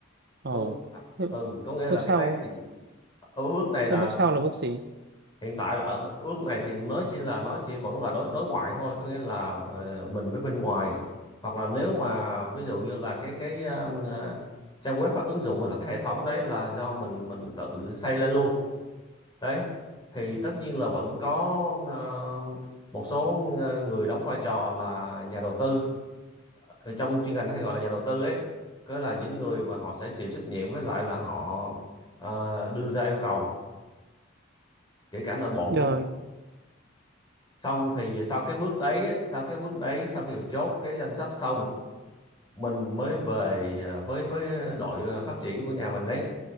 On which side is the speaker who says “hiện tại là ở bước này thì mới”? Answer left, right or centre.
Left